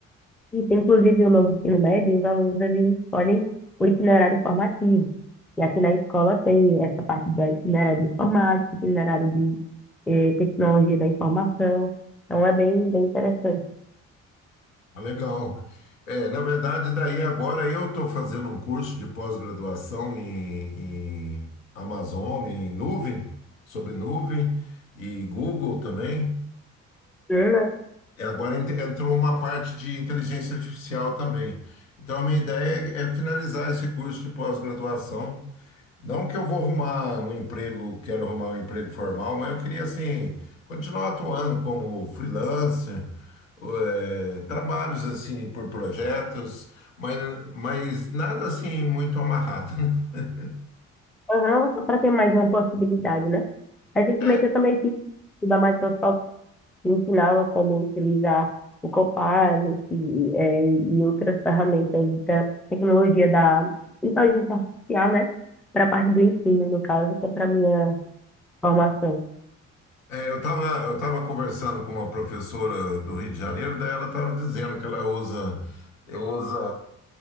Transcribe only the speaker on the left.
Ah, Legal. É, na verdade, daí agora eu estou fazendo um curso de pós-graduação em, em Amazon, em nuvem, sobre nuvem e Google também.
E agora ent- entrou uma parte de inteligência artificial também. Então, a minha ideia é é finalizar esse curso de pós-graduação. Não que eu vou arrumar um emprego, quero arrumar um emprego formal, mas eu queria, assim, continuar atuando como freelancer, eh, trabalhos, assim, por projetos, mas, mas nada, assim, muito amarrado, né? <laughs>
É,
é, eu estava eu tava conversando com uma professora do Rio de Janeiro, daí ela estava dizendo que ela usa, usa